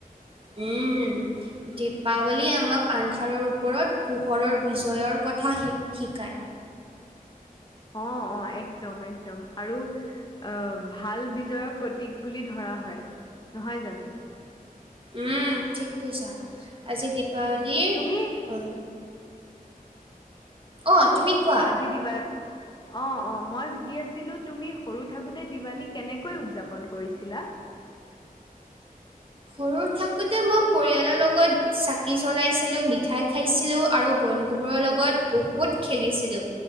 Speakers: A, on the right; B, on the left.
A: উম দীপাৱলীয়ে আমাক আন্ধাৰৰ ওপৰত পোহৰৰ বিজয়ৰ কথা শিকায়।
B: অ' অ', একদম একদম আৰু আহ ভাল বিজয়ৰ প্ৰতীক বুলি ধৰা হয় নহয় জানো?
A: উম ঠিক কৈছা, আজি দীপাৱলীৰ
B: উম তুমি
A: অ অ', তুমি কোৱা।
B: আজি দিবা অ অ', মই সুধি আছিলো তুমি সৰু থাকোঁতে দিৱালী কেনেকৈ উদযাপন কৰিছিলা?
A: সৰু থাকোঁতে মই পৰিয়ালৰ লগত চাকি জ্বলাইছিলোঁ, মিঠাই খাইছিলোঁ আৰু বন্ধুবোৰৰ লগত বহুত খেলিছিলোঁ,